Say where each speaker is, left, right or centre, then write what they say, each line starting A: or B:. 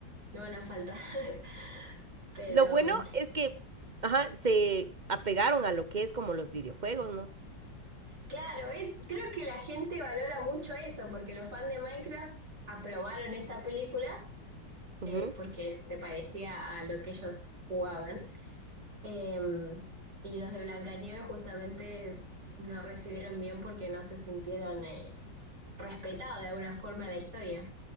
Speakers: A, on the right; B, on the right.
A: no van a faltar. <laughs> Pero
B: Lo bueno es que, ajá, se apegaron a lo que es como los videojuegos, ¿no?
A: claro, es, creo que la gente valora mucho eso, porque los fans de Minecraft aprobaron esta película
B: Ujú.
A: eh, porque se parecía a lo que ellos jugaban. Em, y los de Blancanieves justamente no recibieron bien porque no se sintieron eh, respetados de alguna forma en la historia.